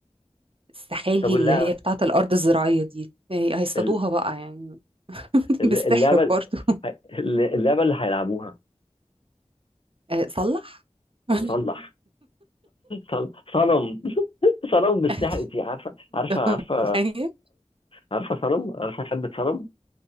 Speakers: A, on the right; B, on the left.
A: السحالي
B: طب
A: اللي
B: اللعبة
A: هي بتاعة الأرض الزراعية دي هي- هيصطادوها
B: ال-
A: بقى يعني <laughs>
B: ال-
A: بالسحر
B: اللعبة
A: برضو
B: ال- اللعبة اللي هيلعبوها
A: آه، صلح <laughs>
B: صلح صل... صنم <laughs> صنم بالسحر
A: انت
B: انت عارفة عارفة عارفة
A: متخيل
B: عارفة صنم عارفة ثبت صنم